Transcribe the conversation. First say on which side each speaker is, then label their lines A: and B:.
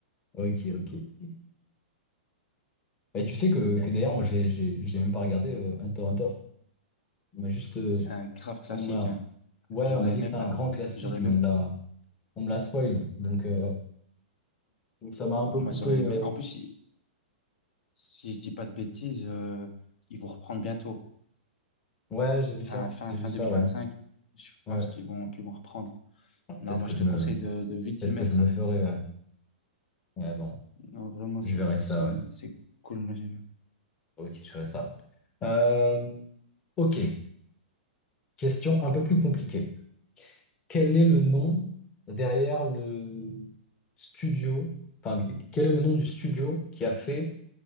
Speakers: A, on the left; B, on the left.
A: Ok, ok. Et tu sais que, que d'ailleurs, moi, j'ai j'ai- j'ai même pas regardé euh, Hunter x Hunter. On m'a juste. euh,
B: C'est un grave classique,
A: on m'a,
B: hein.
A: ouais,
B: J'aurais
A: on m'a dit
B: aimé
A: que c'était
B: pas.
A: un grand classique,
B: J'aurais aimé.
A: mais on me l'a on me l'a spoil. Donc, euh, donc ça m'a un peu
B: Moi,
A: coupé.
B: j'aurais aimé.
A: euh.
B: En plus, si je dis pas de bêtises, euh, ils vont reprendre bientôt.
A: Ouais, j'ai vu
B: Fin,
A: ça.
B: fin,
A: J'ai
B: fin
A: vu ça,
B: 2025,
A: ouais.
B: je
A: Ouais.
B: pense qu'ils vont, qu'ils vont reprendre.
A: Ouais, Peut-être
B: Non, moi,
A: que
B: je
A: je
B: te conseille
A: me,
B: de, de vite
A: peut-être
B: y mettre.
A: que je me le
B: hein.
A: ferai, ouais. Ouais, bon.
B: Non, vraiment,
A: Je
B: c'est,
A: verrai ça,
B: c'est,
A: ouais.
B: c'est cool, moi, j'aime bien.
A: Ok, je ferai ça. Euh, ok. Question un peu plus compliquée. quel est le nom derrière le studio, enfin, quel est le nom du studio qui a fait